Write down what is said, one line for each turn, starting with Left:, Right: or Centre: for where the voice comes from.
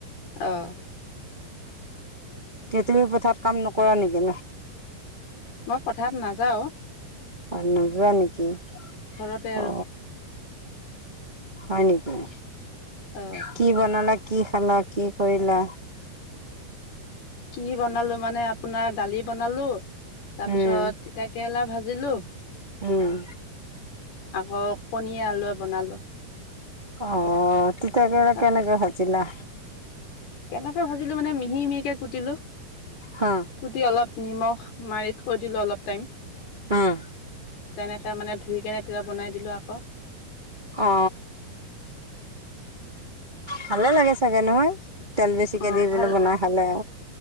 Left: আহ।
Right: তুমি পথাত কাম নকৰা নেকি নহ্।
Left: মই পথাত নাযাওঁ।
Right: প নোযোৱা নেকি?
Left: ঘৰতে আৰু।
Right: অ হয় নেকি
Left: অ
Right: কি বনালা কি খালা কি কৰিলা।
Left: কি বনালো মানে আপোনাৰ দালি বনালো তাৰপিছত
Right: উম
Left: তিতা। কেৰেলা ভাজিলো।
Right: উম।
Left: আকৌ কণীয়ে আলুৱে বনালো।
Right: অ তিতাকে
Left: তাক
Right: কেনেকে ভজিলা।
Left: কেনেকৈ ভাজিলো মানে মিহি মিহিকে কুটিলো
Right: হা
Left: কুটি অলপ নিমখ। মাৰি থৈ দিলো অলপ টাইম।
Right: উম
Left: তেনেকে মানে ধুই কেনে তেতিয়া বনাই দিলো আকৌ।
Right: অ ভালে লাগে চাগে নহয় তেল বেছিকে
Left: অ
Right: দি বোলে
Left: ভাল
Right: বনাই খালে।